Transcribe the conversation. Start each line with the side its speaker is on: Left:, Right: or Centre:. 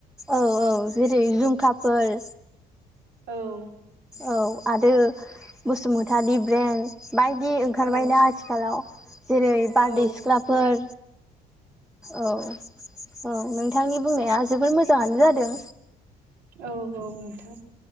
Centre: औ औ जेरै जुमखाफोर
Right: औ
Centre: औ आरो बसुमतारि ब्रेन्ड बायदि ओंखारबायना
Right: औ
Centre: आथिखालाव जेरै बारदै
Right: औ
Centre: सिख्लाफोर औ औ नोंथांनि बुंनाया जोबोर मोजाङानो जादों।
Right: औ औ नोंथां।